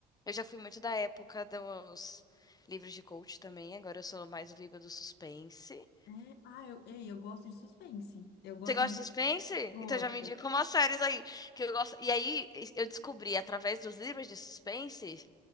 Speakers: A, on the left; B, on the left.
A: Eu já fui muito da época dos livros de coach também, agora eu sou mais livro do suspense.
B: É, ah, eu, ei, eu gosto de suspense. Eu gosto
A: Você gosta
B: muito.
A: de suspense?
B: Gosto.
A: Então já me indica umas séries aí que eu gosto. E aí eu descobri através dos livros de suspense